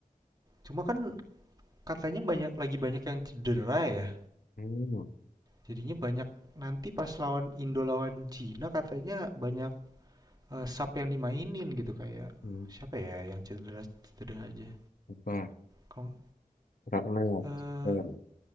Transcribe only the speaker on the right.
cuma kan katanya banyak lagi banyak yang cedera ya.
Jadinya banyak nanti pas lawan Indo lawan Cina katanya banyak eh, sub yang dimainin gitu kayak
siapa ya yang cedera cedera aja.
Kalau
eh,